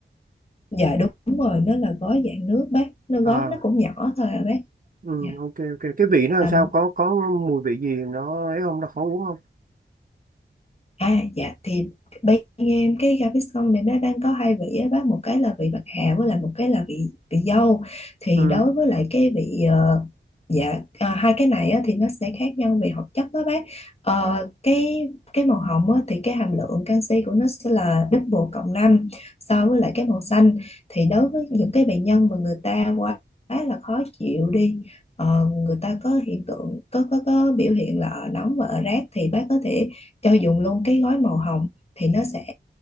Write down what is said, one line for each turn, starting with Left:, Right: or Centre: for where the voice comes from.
Left: dạ đúng rồi nó là gói dạng nước bác nó gói
Right: à
Left: nó cũng nhỏ thôi à bác
Right: Ừ,
Left: dạ
Right: ok ok cái vị nó làm
Left: tầm
Right: sao có có mùi vị gì nó ấy không nó khó uống không
Left: À dạ thì bên em cái gà này nó đang có hai vị á bác một cái là vị bạc hà với lại một cái là vị vị dâu thì
Right: ừ.
Left: đối với lại cái vị ờ, dạ à, hai cái này á, thì nó sẽ khác nhau về hoạt chất đó bác Ờ, cái cái màu hồng á, thì cái hàm lượng canxi của nó sẽ là double cộng 5 so với lại cái màu xanh thì đối với những cái bệnh nhân mà người ta quá là khó chịu đi ờ, người ta có hiện tượng có có có biểu hiện là ở nóng và ở rát thì bác có thể cho dùng luôn cái gói màu hồng thì nó sẽ